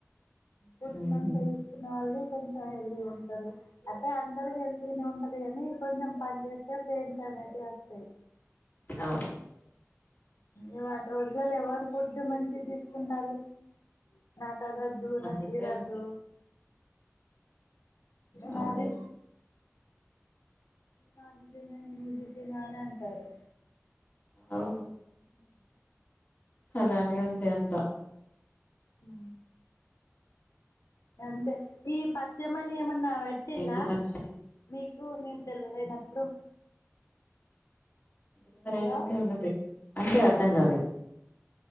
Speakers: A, on the left; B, on the left.
A: బెడ్డు
B: ఉమ్
A: మంచిగా తీసుకునే వాళ్ళు, కొంచెం హెల్తీగా ఉంటారు. అంటే అందరు హెల్త్ గానే ఉంటారు. కాని కొంచెం పని చేస్తే పెయిన్స్ అనేవి వస్తాయి.
B: <unintelligible>
A: ఇవాటి రోజులలో ఎవరు ఫుడ్ మంచి తీసుకుంటాలు, నాకు నాకు ఆది వద్దు,
B: అదైతే
A: నాకు ఇది వద్దు
B: ఉంది
A: నాది
B: అదే
A: నేను నాన్న బిడ్డ ని కానీ ని బిడ్డ నానే అంటారు.
B: అవును అలానే ఉంది అంతా,
A: ఉ అంతే ఈ పత్యంమని ఎం ఆ ఎత్తుల్లా
B: ఏంటి మనిషిది
A: ఇ మీరు డెలివరి అయినప్పుడు,
B: డెలివరీ
A: హలో
B: అయినపుడు ఏమిటి, అంటే అర్థం కాలేదు,